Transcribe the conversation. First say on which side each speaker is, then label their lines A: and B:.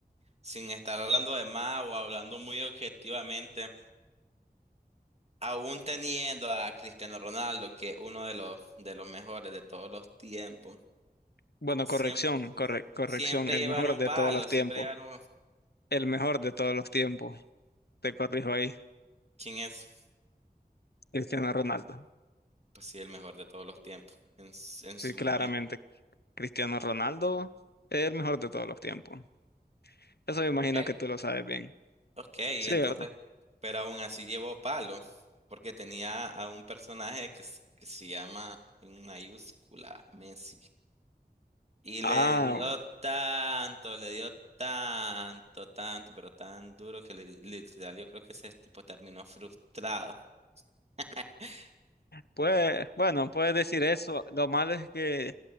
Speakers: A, on the right; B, on the left.
A: sin estar hablando de más o hablando muy objetivamente. aún teniendo a Cristiano Ronaldo, que es uno de los, de los mejores de todos los tiempos,
B: Bueno,
A: siempre,
B: corrección, corre- corrección,
A: siempre
B: el
A: llevaron
B: mejor de
A: palos,
B: todos los tiempos.
A: siempre llevaron...
B: El mejor de todos los tiempos. Te corrijo ahí,
A: ¿Quién es?
B: Cristiano Ronaldo.
A: Pues sí, el mejor de todos los tiempos, en, s- en
B: Sí,
A: su
B: claramente,
A: momento.
B: Cristiano Ronaldo es el mejor de todos los tiempos. Eso me imagino
A: Ok.
B: que tú lo sabes bien.
A: Ok, y
B: Sí,
A: entonces,
B: ¿verdad?
A: pero aún así llevó palo, porque tenía a un personaje que, s- que se llama en mayúscula Messi. Y
B: Ah,
A: le dio
B: bueno.
A: tanto, le dio tanto, tanto, pero tan duro que le, literal yo creo que ese tipo terminó frustrado. <laughs>
B: Pues, bueno, puedes decir eso. Lo malo es que